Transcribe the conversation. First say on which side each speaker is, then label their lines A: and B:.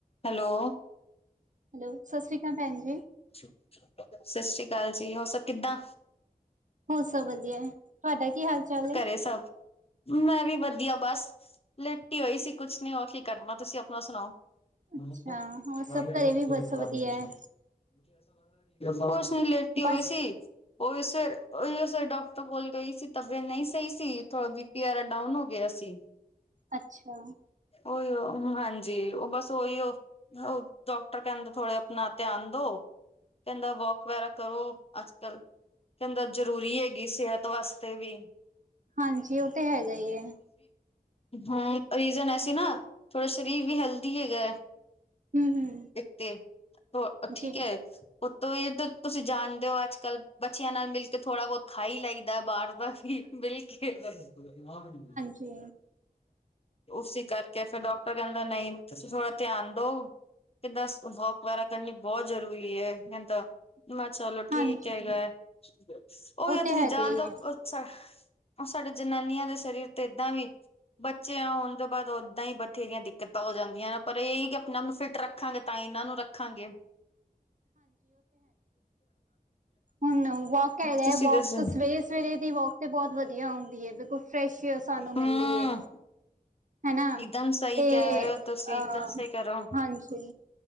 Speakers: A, on the left; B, on the right.
A: Hello <unintelligible>
B: hello ਸਤਿ ਸ਼੍ਰੀ ਅਕਾਲ ਭੈਣ ਜੀ।
A: ਸਤਿ ਸ੍ਰੀ ਅਕਾਲ ਜੀ ਹੋਰ ਸਭ ਕਿੱਦਾਂ
B: ਹੋਰ ਸਭ ਵਧੀਆ ਹੈ, ਤੁਹਾਡਾ ਕੀ ਹਾਲ ਚਾਲ ਹੈ?
A: ਘਰੇ ਸਭ ਮੈਂ ਵੀ ਵਧੀਆ ਬਸ ਲੇਟੀ ਹੋਈ ਸੀ ਕੁਛ ਨੀ ਹੋਰ ਕੀ ਕਰਨਾ ਤੁਸੀਂ ਆਪਣਾ ਸੁਣਾਓ <unintelligible>
B: ਅੱਛਾ, ਹੋਰ ਸਭ ਘਰੇ ਵੀ ਬਸ ਵਧੀਆ ਹੈ,
A: ਕੁਛ ਨੀ ਲੇਟੀ ਹੋਈ
B: ਬਸ
A: ਸੀ। <unintelligible> ਉਹੀ ਉਸੇ ਉਹੀ ਉਸੇ ਡਾਕਟਰ ਕੋਲ ਗਈ ਸੀ ਤਬੀਅਤ ਨਹੀਂ ਸਹੀ ਸੀ ਥੋੜਾ ਬੀ ਪੀ ਵਗੈਰਾ ਡਾਊਨ ਹੋ ਗਿਆ ਸੀ।
B: ਅੱਛਾ
A: ਉਹੀ ਓ ਹਾਂਜੀ, ਉਹ ਬਸ ਉਹੀ ਉਹ ਡਾਕਟਰ ਕਹਿੰਦਾ ਥੋੜ੍ਹੇ ਜਿਆ ਆਪਣਾ ਧਿਆਨ ਦਿਓ ਕਹਿੰਦਾ ਵੋਕ ਵਗੈਰਾ ਕਰੋ, ਅੱਜ-ਕੱਲ। ਕਹਿੰਦਾ ਜ਼ਰੂਰੀ ਏ। ਇਹ ਸਿਹਤ ਵਾਸਤੇ ਵੀ।
B: ਹਾਂਜੀ ਉਹ ਤੇ ਹੈਗਾ ਹੀ ਹੈ,
A: ਹੂੰ ਰੀਜਨ ਐਸੀ ਨਾ ਥੋੜਾ ਸ਼ਰੀਰ ਵੀ ਹੈਲਦੀ ਹੈਗਾ ਏ।
B: ਹੂੰ ਹੂੰ
A: ਇੱਕ ਤੇ ਤੋਂ ਠੀਕ
B: ਜੀ,
A: ਏ। ਉੱਤੋਂ ਇਹ ਤਾਂ ਤੁਸੀਂ ਜਾਣਦੇ ਹੋ? ਅੱਜ-ਕੱਲ੍ਹ ਬੱਚੀਆਂ ਨਾਲ ਮਿਲ ਕੇ ਥੋੜ੍ਹਾ ਬਹੁਤ ਖਾ ਹੀ ਲਈਦਾ ਬਾਹਰ ਦਾ ਵੀ। ਬਿਲਕੁਲ ਬਿਲਕੁਲ
B: ਜੇ
A: ਉਸੀ ਕਰਕੇ ਫਿਰ ਡਾਕਟਰ ਕੈਂਦਾ ਨਈੰ ਤੁਸੀ ਥੋੜਾ ਧਿਆਨ ਦੋ? ਕੈਂਦਾ ਸ ਵੋਕ ਵਗੈਰਾ ਕਰਨੀ ਬੋਹ ਜ਼ਰੂਰੀ ਐ ਕੈਂਦਾ ਮਾ ਚਲੋ ਠੀਕ
B: ਹਾਂਜੀ,
A: ਹੈਗਾ ਐ, ਓਈ
B: ਉਹ
A: ਓ
B: ਤੇ
A: ਤੁਸੀਂ
B: ਹੈਗਾ
A: ਜਾਨ
B: ਹੀ
A: ਦੋ
B: ਹੈ,
A: ਸਾ ਔ ਸਾਡੇ ਜਨਾਨੀਆਂ ਦੇ ਸਰੀਰ ਤੇ ਏਦਾਂ ਵੀ ਬੱਚੇਆਂ ਹੋਨ ਤੋਂ ਬਾਦ ਓਦਾਂ ਈ ਬਥੇਰੀਆਂ ਦਿੱਕਤਾਂ ਹੋ ਜਾਂਦੀਆਂ ਨੇ, ਪਰ ਏਈ ਕਿ ਆਪਨੇ ਆਪ ਨੂੰ ਫਿਟ ਰੱਖਾਂਗੇ ਤਾਂ ਈ ਏਨਾਂ ਨੂੰ ਰੱਖ ਰੱਖਾਂਗੇ।
B: ਹੁਨ ਵੋਕ ਹੈਗਾ
A: ਤੁਸੀਂ
B: ਏ, ਵੋਕ
A: ਦੱਸੋ
B: ਸਵੇਰੇ-ਸਵੇਰੇ ਦੀ ਵੋਕ ਤੇ ਬੋਤ ਵਦੀਆ ਹੁੰਦੀ ਐ ਬਿਲਕੁਲ ਫਰੈਸ਼ ਸਾਨੂੰ ਮਿਲਦੀ
A: ਹਮ
B: ਏ। ਹੈਨਾ
A: ਇਕਦਮ ਸਹੀ
B: ਤੇ
A: ਕਹਿ ਰਹੇ
B: ਅ
A: ਹੋ ਤੁਸੀਂ ਇਕਦਮ ਸਹੀ ਕਹਿ ਰਹੇ ਹੋ
B: ਹਾਂਜੀ।